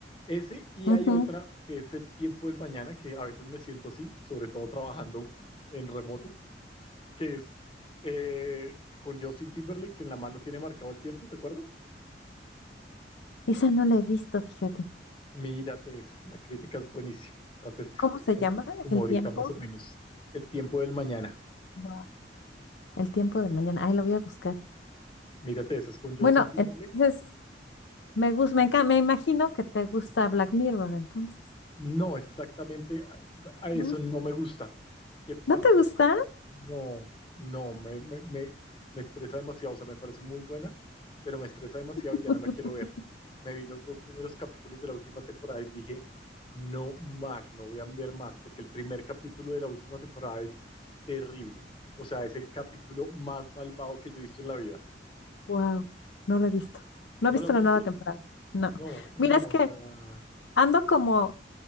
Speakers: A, on the left; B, on the left.
A: Ese y
B: Ujú.
A: hay otra que es el tiempo del mañana, que a veces me siento así, sobre todo trabajando en remoto, que es eh, con Justin Timberlake, que en la mano tiene marcado el tiempo, ¿te acuerdas?
B: Esa no la he visto, fíjate.
A: Mírate eso, la crítica es buenísima. O sea, Te,
B: ¿Cómo
A: te
B: se
A: sientes
B: llama?
A: como
B: El
A: ahorita
B: tiempo.
A: más o menos el tiempo del mañana.
B: Guau. El tiempo del mañana. Ay, lo voy a buscar.
A: Mírate, esa es con Justin
B: Bueno,
A: Timberlake
B: entonces me gusta, me, enca- me imagino que te gusta Black Mirror, entonces.
A: No, exactamente a, a eso
B: ¿Mm?
A: no me gusta. ¿Qué pasa
B: ¿No te
A: con
B: gusta?
A: Black Mirror? No, no, me, me, me, me estresa demasiado. O sea, me parece muy buena, pero me estresa demasiado
B: <laughs>
A: y ya no la quiero ver. Me vi los dos primeros capítulos de la última temporada y dije, no más, no voy a ver más, porque el primer capítulo de la última temporada es terrible. O sea, es el capítulo más malvado que yo he visto en la vida.
B: Wow, no lo he visto. No
A: ¿No
B: he visto
A: lo has
B: la
A: visto?
B: nueva temporada. No.
A: No, no,
B: Mira,
A: o
B: es que
A: sea,
B: ando como,